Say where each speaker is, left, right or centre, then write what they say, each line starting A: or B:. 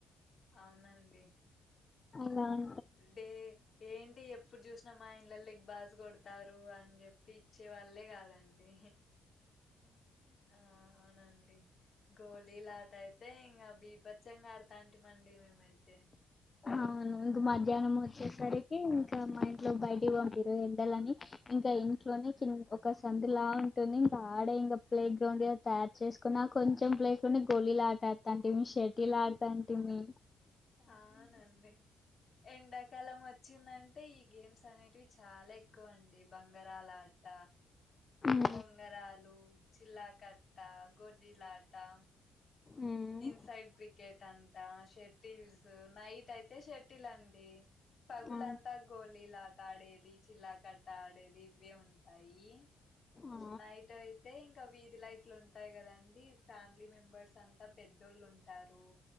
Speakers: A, on the left; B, on the left.
A: అవ్నండి
B: అలం
A: డే ఏంటి ఎప్పు ఎప్పుడు చూస్నా మా ఇంలలాకి బాల్స్ కొడ్తారు అని చెప్పి ఇచ్చే వాళ్ళే కాదండి ఆ అవునండి గోళీలాటైతే ఇంకా బీభచ్చంగా ఆడ్తాంటి మండి మేమైతే
B: అవ్ను ఇంగ మధ్యాహ్నం ఒచ్చేసరికి ఇంకా మా ఇంట్లో బయటికీ వంపరు ఎండలని ఇంకా ఇంట్లోనే కింద ఒక సందులా టుంది ఇంకా ఆడే ఇంకా ప్లే గ్రౌండ్ ఉంది చేస్కున్నా కొంచెం ప్లేస్లోనే గోళిలాట తంటిమీ షెటిలాడ్తాంటిమీ
A: అవునండి ఎండాకాలం ఒచ్చిందం అంటే ఈ గేమ్స్ అనేటివి చాలా ఎక్కువ అండి బంగరలాట
B: ఉమ్
A: బొంగరలు చిల్లా కట్టా గోలీలాటా
B: ఉమ్,
A: ఇన్ సైడ్ క్రికెట్ అంతా షటిల్స్ నైటైతే షటిలండి పగులంతా
B: ఆ
A: గోళలాట ఆడేది చిల్లా కట్ట ఆడేది ఇవే ఉంటాయి
B: ఆ
A: నైటైతే ఇంకా వీధిలై ట్లుంటాయి కదండి ఫ్యామిలీ మెంబర్స్ అంతా పెద్దోళ్ళు ఉం ఉంటారు